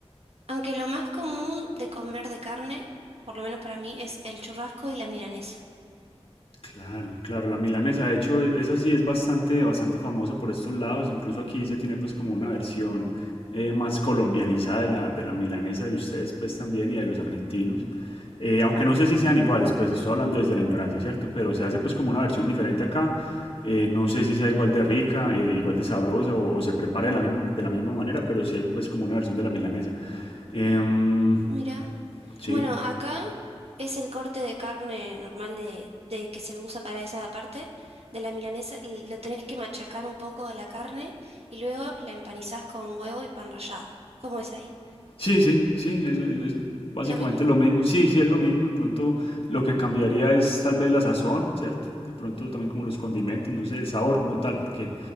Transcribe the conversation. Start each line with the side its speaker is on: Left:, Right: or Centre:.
Right: Aunque lo más común de comer de carne, por lo menos para mí, es el churrasco y la milanesa.
Left: Claro, claro, la milanesa, de hecho, e- esa sí es bastante, bastante famosa por estos lados, incluso aquí se tiene pues como una versión eh, más colombianizada de la, de la milanesa de ustedes pues también y de los argentinos, Eh, aunque no sé si sean iguales, pues estoy hablando desde la ignorancia, ¿cierto? Pero se hace pues como una versión diferente acá, Eh, no sé si sea igual de rica, eh, igual de sabrosa o, o se prepare de la, misma, de la misma manera, pero sí hay pues como una versión de la milanesa. Em,
Right: Mira.
Left: sí.
Right: Bueno, acá es el corte de carne normal de, de que se usa para esa parte de la milanesa. l- Lo tenés que machacar un poco a la carne y luego la empanizás con huevo y pan rallado. ¿Cómo es ahí?
Left: Sí, sí, sí, es, es- es básicamente
Right: ¿Lo mismo?
Left: lo mismo. Sí, sí, es lo mismo. De pronto lo que cambiaría es tal vez la sazón, ¿cierto? De pronto también como los condimentos, no sé, el sabor como tal, porque